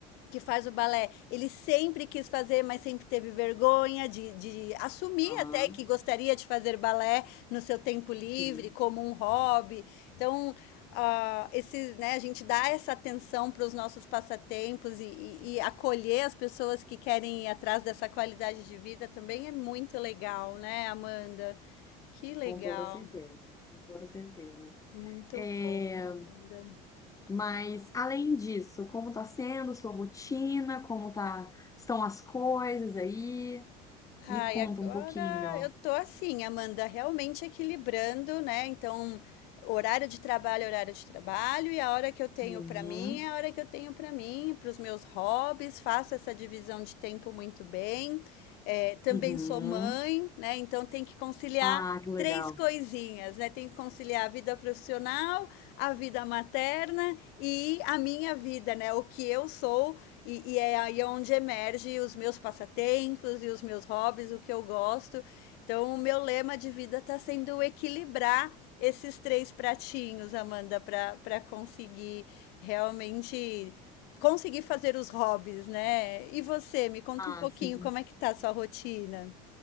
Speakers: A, on the left; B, on the left.
A: que faz o balé, ele sempre quis fazer, mas sempre teve vergonha de, de assumir
B: Aham.
A: até que gostaria de fazer balé no seu tempo livre,
B: Sim,
A: como um hobby. Então, uh, esse, né, a gente dá essa atenção para os nossos passatempos e, e, e, acolher as pessoas que querem ir atrás dessa qualidade de vida também é muito legal, né, Amanda? Que legal.
B: com toda certeza. Com toda certeza.
A: Muito
B: É,
A: bom, Amanda.
B: mas além disso, como tá sendo sua rotina? Como tá, estão as coisas aí? Me
A: Ai,
B: conta
A: agora
B: um pouquinho.
A: eu tô assim, Amanda, realmente equilibrando, né? Então, horário de trabalho, é horário de trabalho, e a hora que eu tenho
B: Uhum.
A: pra mim é a hora que eu tenho pra mim, para os meus hobbies, faço essa divisão de tempo muito bem. É, também
B: Uhum.
A: sou mãe, né? Então tem que conciliar
B: Ah, que legal.
A: três coisinhas, né? Tem que conciliar a vida profissional, a vida materna e a minha vida, né? O que eu sou e, e é aí onde emerge os meus passatempos e os meus hobbies, o que eu gosto. Então, o meu lema de vida está sendo equilibrar esses três pratinhos, Amanda, para para conseguir realmente conseguir fazer os hobbies, né? E você, me conta
B: Ah,
A: um pouquinho
B: sim.
A: como é que tá a sua rotina?